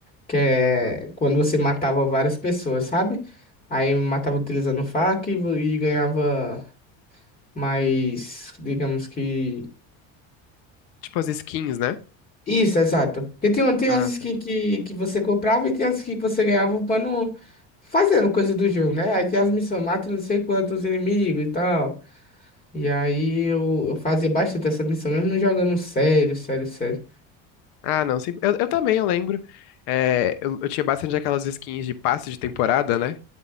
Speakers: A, on the left; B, on the left.
A: que é
B: Uhum.
A: quando você matava várias pessoas, sabe? Aí matava utilizando faca e, vo- e ganhava mais, digamos que.
B: Tipo as skins, né?
A: Isso, exato. Porque tem, uma- tem
B: Ah,
A: as skins
B: sim.
A: que, que você comprava e tem as skins que você ganhava upando, fazendo coisa do jogo, né? Aí tem as missões, mata não sei quantos inimigos e tal. E aí eu, eu fazia bastante essa missão, mesmo não jogando sério, sério, sério.
B: Ah, não, sim. Eu, eu também, eu lembro. É, eu, eu tinha bastante aquelas skins de passe de temporada, né?